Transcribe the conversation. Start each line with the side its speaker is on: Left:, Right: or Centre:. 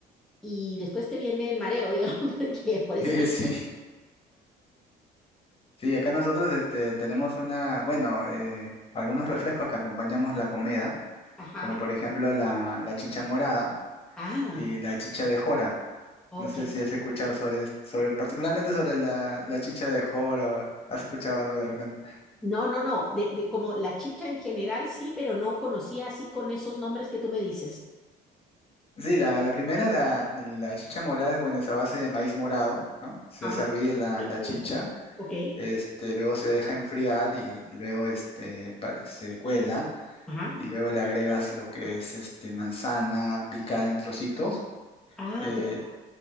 Centre: Y después te viene el mareo, <laughs> digamos, porque por eso
Left: <laughs>
Centre: sí.
Left: Sí, sí. Sí, acá nosotros este, tenemos una, bueno, eh, algunos refrescos que acompañamos la comida,
Centre: Ajá.
Left: como por ejemplo la, la chicha morada
Centre: Ah,
Left: y la chicha de jora.
Centre: ok.
Left: No sé si has escuchado sobre, es- sobre particularmente sobre la, la chicha de jora, o has escuchado algo de repente.
Centre: No, no, no, de, de como la chicha en general sí, pero no conocía así con esos nombres que tú me dices.
Left: Sí, la, la primera, la, la chicha morada, es, bueno, es a base de maíz morado, ¿no? Se
Centre: Ah,
Left: hace hervir la,
Centre: Mm.
Left: la chicha,
Centre: ok,
Left: este, luego se deja enfriar y luego este, pa- se cuela.
Centre: ajá.
Left: y luego le agregas lo que es este manzana picada en trocitos.
Centre: Ah,
Left: Eh,
Centre: pero,